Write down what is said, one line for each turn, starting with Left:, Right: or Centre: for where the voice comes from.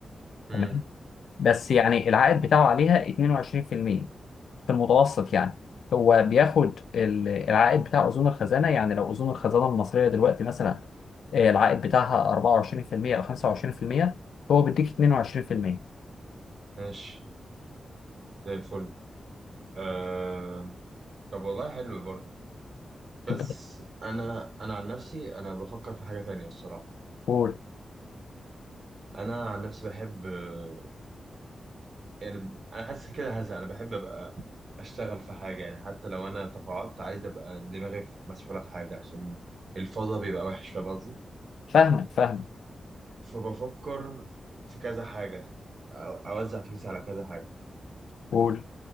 Right: امم
Left: دخل بس يعني العائد بتاعه عليها 22% في المية في المتوسط يعني هو بياخد ال- العائد بتاع أذون الخزانة يعني لو أذون الخزانة المصرية دلوقتي مثلا آه، العائد بتاعها 24% أو 25% هو بيديك 22%
Right: ماشي زي الفل آه... طب والله حلو برضه بس
Left: أنت
Right: انا انا عن نفسي انا بفكر في حاجة تانية الصراحة
Left: قول
Right: انا عن نفسي بحب آه، يعني انا حاسس كده هذا انا بحب ابقى اشتغل في حاجة يعني حتى لو انا تقاعدت عايز ابقى دماغي مسؤولة في حاجة عشان الفضا بيبقى وحش فاهم قصدي؟
Left: فاهمك فاهمك
Right: فبفكر في كذا حاجة أو- أوزع فلوسي على كذا حاجة
Left: قول